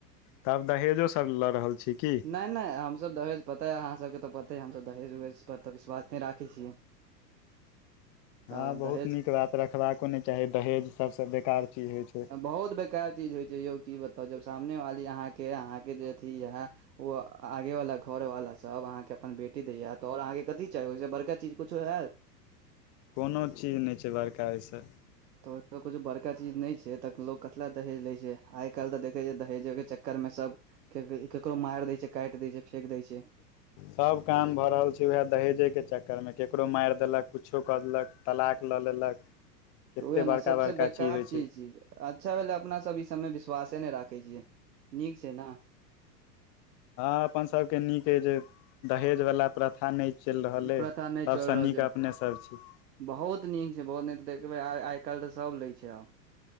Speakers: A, on the left (about 35°); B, on the right (about 75°).
A: तब दहेजो सब लऽ रहल छी की?
B: नैय- नैय हम सब दहेज पता या आहाँ सबके तऽ पते हे हम सब दहेज उहेज पर तऽ विश्वास नै राखै छियै।
A: हँ
B: तऽ
A: बहुत
B: दहेज
A: नीक बात रखबाको नै चाही दहेज सबसे बेकार चीज होय छै।
B: बहुत बेक- केए चीज होय छै यौ की बताउ जब सामने वाली आहाँके -आहाँके जे अथि येहे। ओ आगेवला घरवाला सब आहाँके अपन बेटी दैय ये तऽ और आहाँके कथी चाही ओहिसँ बड़का चीज कुछो हेेएत?
A: कोनो चीज नै छै बड़का एहिसँ।
B: किछो बड़का चीज नै छै तऽ लोक कथिलेए दहेज लै छै आय कैल्ह तऽ देखै छै दहेजे के चक्कर मे सब के ककरो मैर दै छै कैट दै छै फेक दै छै।
A: सब काम भऽ रहल छै उएह दहेजे के चक्कर मे केकरो मैर देलक। कुछो कऽ देलक तलाक लऽ लेलक। कतेक
B: उएहे नऽ
A: बड़का
B: सबसे
A: बड़का
B: बेकार
A: होइ छै
B: चीज चीज। अच्छा भेलै अपना सब ई सबमे विश्वासे नै राखै छि नीक छै नऽ।
A: हँ अपन सबके नीक अइ जे- दहेजवला प्रथा नै चैल रहल
B: प्रथा
A: अइ सबसँ
B: नहि चलि रहल
A: नीक
B: छै
A: अपने सब छी।
B: बहुत नीक छै बहुत नीक देखबै आहाँ आय कैल्ह तऽ सब लै छै आब।